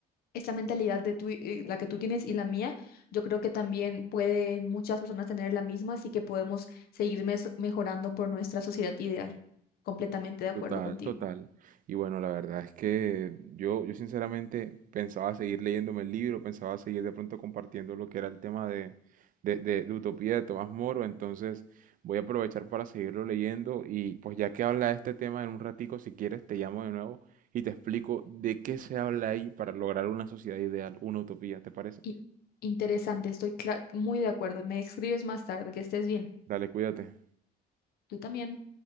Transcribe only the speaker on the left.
esta mentalidad de tú, y- eh, la que tú tienes y la mía, yo creo que también pueden muchas personas tener la misma, así que podemos seguir mes- mejorando por nuestra sociedad ideal. Completamente de acuerdo
contigo.
Y interesante, estoy cla- muy de acuerdo. Me escribes más tarde, que estés bien.
Tú también.